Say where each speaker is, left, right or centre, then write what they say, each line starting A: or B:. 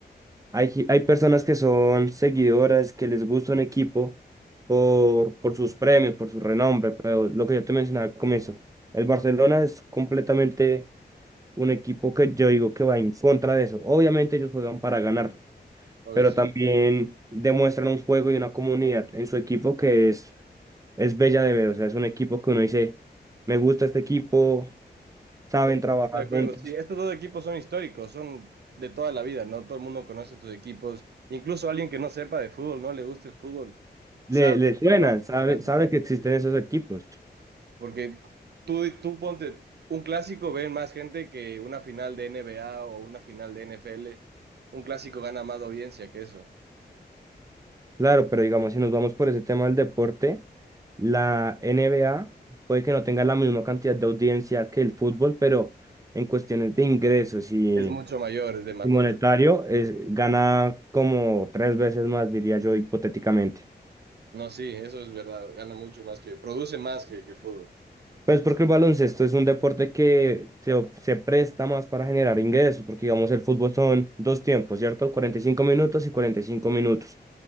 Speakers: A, on the right (about 20°); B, on the right (about 70°).
A: Hay, gi- hay personas que son seguidoras, que les gusta un equipo por, por sus premios, por su renombre, pero lo que yo te mencionaba al comienzo, el Barcelona es completamente un equipo que yo digo que va en contra de eso. Obviamente ellos juegan para ganar,
B: Obvio,
A: pero
B: sí.
A: también demuestran un juego y una comunidad en su equipo que es, es bella de ver. O sea, es un equipo que uno dice, me gusta este equipo, saben
B: Totalmente
A: trabajar
B: de acuerdo,
A: juntos,
B: sí, estos dos equipos son históricos, son de toda la vida, ¿no? Todo el mundo conoce estos equipos, incluso alguien que no sepa de fútbol, no le guste el fútbol,
A: le,
B: sabe
A: le suena,
B: del Barça
A: sabe,
B: del Real Madrid.
A: sabe que existen esos equipos.
B: Porque tú, tú ponte un clásico, ven más gente que una final de N B A o una final de N F L un clásico gana más audiencia que eso,
A: Claro, pero digamos, si nos vamos por ese tema del deporte, la NBA puede que no tenga la misma cantidad de audiencia que el fútbol, pero en cuestiones de ingresos y,
B: es mucho mayor, es de más,
A: y monetario,
B: mucho,
A: es, gana como tres veces más, diría yo, hipotéticamente.
B: no, sí, eso es verdad, gana mucho más que, produce más que, que el fútbol,
A: Pues porque el baloncesto es un deporte que se, o- se presta más para generar ingresos, porque digamos, el fútbol son dos tiempos, ¿cierto? cuarenta y cinco minutos y 45 minutos,